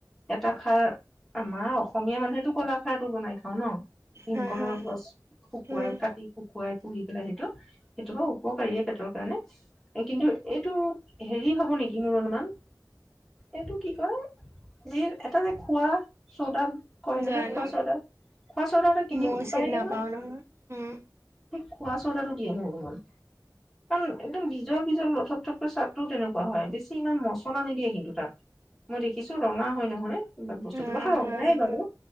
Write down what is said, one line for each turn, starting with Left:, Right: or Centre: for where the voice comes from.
Centre: এটা খাৰ আমাৰ অসমীয়া মানুহেতো কলাখাৰটো বনাই খাওঁ ন। ভীমকলৰ
Right: হা হা
Centre: গছ শুকুৱাই
Right: উম
Centre: কাটি শু খুৱাই পুহ পেলাই সেইটো সেইটো ব উপকাৰীয়ে পেটৰ কাৰণে কিন্তু এইটো হেৰি হ'ব নেকি মোৰ অনুমান এইটো কি কয় যি এটা যে খোৱা চৌদা কয় নহয়
Right: জানো
Centre: খোৱা চৌদা - খোৱা চৌদা এটা কিনি
Right: মই চিনি
Centre: পায় নহয়।
Right: নাপাও উম
Centre: হেই খোৱা চডাটো দীয়ে মোৰ অনুমান। কাৰণ একদম বিজল, বিজল লুথোপথোপৈ চাদটোও তেনেকুৱা হয়, বেছি ইমান মছলা নিদিয়ে কিন্তু তাত। মই দেখিছোঁ ৰঙা হয়, <unintelligible>
Right: হা
Centre: তুপাষা
Right: হা
Centre: ওলাই বাৰু
Right: হা